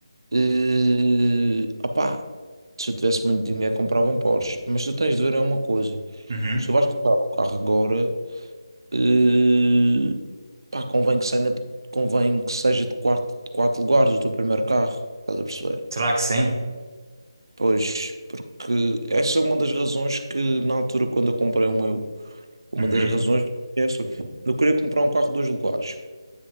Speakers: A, on the right (about 55°); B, on the right (about 35°).
A: eh, opá, se eu tivesse muito dinheiro comprava um Porsche. Mas tu tens de ver é uma coisa.
B: Uhum.
A: Se tu vais comprar um carro agora, Eh, pá, convém que seja, convém que seja de quarto, de quatro lugares do primeiro carro, estás a perceber?
B: Será que sim?
A: Pois, porque essa é uma das razões que, na altura, quando eu comprei o meu, uma
B: Uhum.
A: das razões é essa. Eu queria comprar um carro de dois lugares,